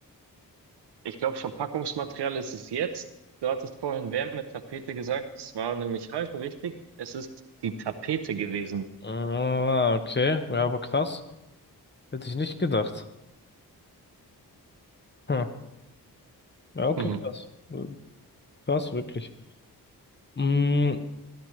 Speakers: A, on the right; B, on the left.
A: Ich glaube, Verpackungsmaterial ist es jetzt. Du hattest vorhin Wärmetapete gesagt. Das war nämlich halb richtig. Es ist die Tapete gewesen.
B: Ah, okay, ja, aber krass. Hätte ich nicht gedacht. Hm. Ja, okay,
A: Mhm.
B: krass. Äh, Krass, wirklich. Mm,